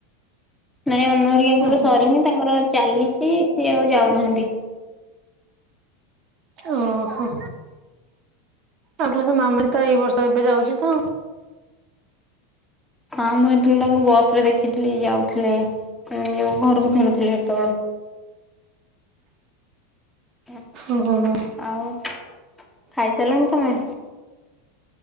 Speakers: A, in the centre; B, on the right.
A: ନାଇଁ ଅନହରିକାଙ୍କର
B: ହୁଁ ହୁଁ
A: ସରିନି ତାଙ୍କର ଚାଲିଛି ସିଏ ଆଉ ଯାଉନାହାନ୍ତି
B: ଓହୋ ଆଉ କ ମାମୁଣ ତ ଏଇ ବର୍ଷ ଏବେ ଯାଉଛି ତ
A: ହଁ ମୁଁ ହେତେବେଳେ ତାଙ୍କୁ ବସ ରେ ଦେଖିଥିଲି ଯାଉଥିଲେ। ଯୋଉ ଘରକୁ ଫେରୁଥିଲେ ସେତେବେଳୁ। <inaudible>
B: ଓ ହୋ ହୋ।
A: ଆଉ ଖାଇସାରିଲଣି ତମେ?